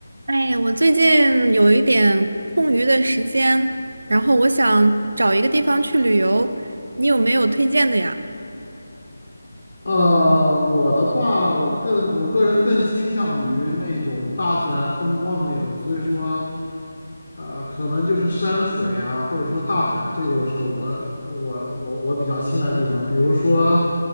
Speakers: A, on the right; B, on the left.
A: 哎，我最近有一点空余的时间，然后我想找一个地方去旅游，你有没有推荐的呀？
B: 呃，我的话，我更我个人更倾向于那种大自然风光的那种，所以说，呃，可能就是山水呀，或者说大海，这个是我我我我比较青睐的地方。比如说，